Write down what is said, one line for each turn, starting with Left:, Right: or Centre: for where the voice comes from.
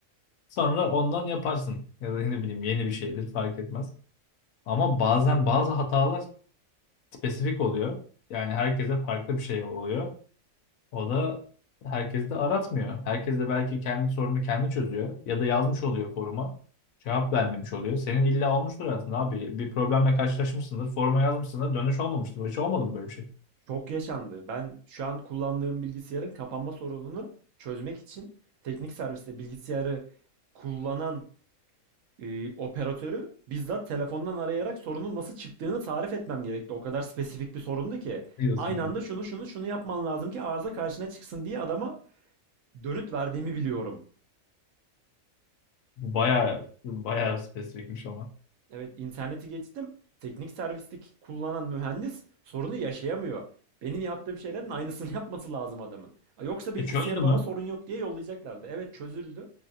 Left: Sonra ondan yaparsın. Ya da ne bileyim yeni bir şeydir fark etmez. Ama bazen bazı hatalar spesifik oluyor. Yani herkese farklı bir şey oluyor. O da herkes de aratmıyor. Herkes de belki kendi sorunu kendi çözüyor ya da yazmış oluyor foruma. Cevap vermemiş oluyor. Senin illa olmuştur hayatında abi. Bir problemle karşılaşmışsındır. Foruma yazmışsındır. Dönüş olmamıştır. Hiç olmadı mı böyle bir şey?
Right: Çok yaşandı. Ben şu an kullandığım bilgisayarın kapanma sorununu çözmek için teknik serviste bilgisayarı kullanan e, operatörü bizzat telefondan arayarak sorunun nasıl çıktığını tarif etmem gerekti. O kadar spesifik bir sorundu ki.
Left: Biliyorsun
Right: Aynı
Left: ya?
Right: anda şunu şunu şunu yapman lazım ki arıza karşına çıksın diye adama dönüt verdiğimi biliyorum.
Left: Bu Baya baya spesifikmiş ama.
Right: Evet, interneti geçtim. Teknik servislik kullanan mühendis sorunu yaşayamıyor. Benim yaptığım şeylerin aynısını <laughs> yapması lazım adamın. Ha, Yoksa bilgisayarı
Left: E çözdü mü?
Right: bana sorun yok diye yollayacaklardı. Evet çözüldü.